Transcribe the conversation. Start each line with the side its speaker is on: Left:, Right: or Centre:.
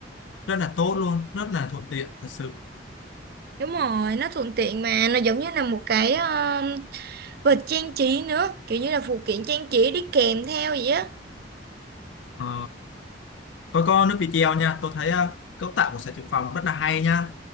Left: rất là tốt luôn rất là thuận tiện thật sự
Right: Đúng rồi, nó thuận tiện mà, nó giống như là một cái ờ, vật trang trí nữa, kiểu như là phụ kiện trang trí đi kèm theo vậy á.
Left: Ờ, tôi có nước video nha tôi thấy ờ, cấu tạo của sạc dự phòng rất là hay nha